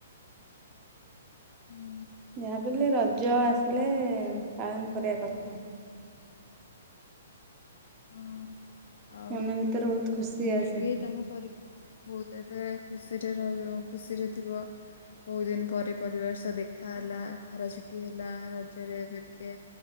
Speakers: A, on the left; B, on the right.
A: ହୁଁ।
B: ଯାହାବି ବେଲେ ରଜ ଆସିଲେ
A: ତ
B: ପାଳନ କରିବା କଥା।
A: ହଁ ଆଉ
B: ମନ ଭିତରେ ବହୁତ ଖୁସି
A: ତୁମେ
B: ଆସେ।
A: ଏବେ ତମ ପରିବାର ବହୁତ ଏବେ ଖୁସିରେ ରହିବ ଖୁସିରେ ଥିବ। ବହୁଦିନି ପରେ ପରିବାର ସହ ଦେ ଖା
B: ହଁ।
A: ହେଲା, ଖରା ଛୁଟି ହେଲା ହେଲା ରଜରେ ଏବେ ଟିକେ